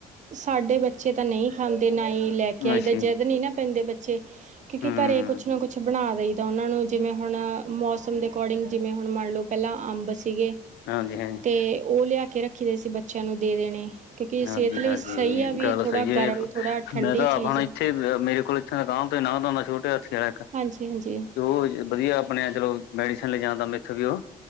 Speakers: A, on the right (about 45°); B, on the left (about 85°).
A: ਸਾਡੇ ਬੱਚੇ ਤਾਂ ਨਹੀਂ ਖਾਂਦੇ ਨਾ ਹੀ ਲੈ ਕੇ ਆਈਦਾ
B: ਅੱਛਾ
A: ਜਿੱਦ ਨੀ ਨਾ ਪੈਂਦੇ ਬੱਚੇ। ਕਿਉਂਕਿ
B: ਹੂੰ
A: ਘਰੇ ਕੁਛ ਨਾ ਕੁਛ ਕੁਛ ਬਣਾ ਦਈ ਦਾ ਉਹਨਾਂ ਨੂੰ ਜਿਵੇਂ ਹੁਣ ਮੌਸਮ ਦੇ ਅਕੋਰਡਿੰਗ ਜਿਵੇਂ ਹੁਣ ਮੰਨ ਲਓ ਪਹਿਲਾਂ ਅੰਬ ਸੀਗੇ
B: <unintelligible>
A: ਤੇ ਉਹ ਲਿਆ ਕੇ ਰੱਖੀ ਦੇ ਅਸੀ ਬੱਚਿਆਂ ਨੂੰ ਦੇ ਦੇਣੇ। ਕਿਉਂਕਿ
B: ਹਾਂਜੀ
A: ਸਿਹਤ ਲਈ
B: ਹਾਂਜੀ
A: ਸਹੀ ਆ ਵੀ
B: ਗੱਲ
A: ਥੋੜਾ
B: ਸਹੀ ਏ
A: ਗਰਮ ਥੋੜਾ ਠੰਡੀ
B: ਮੈਂ ਤਾਂ
A: ਚੀਜ਼
B: ਆਪ ਹੁਣ
A: ਆ
B: ਇੱਥੇ ਮੇਰੇ ਕੋਲ <unintelligible>
A: ਹਾਂਜੀ ਹਾਂਜੀ
B: ਆਪਣੇ ਚਲੋ ਮੈਡੀਸਨ ਲੈਜਾਣ ਦਾ ਮੈਥੋਂ ਵੀ ਉਹ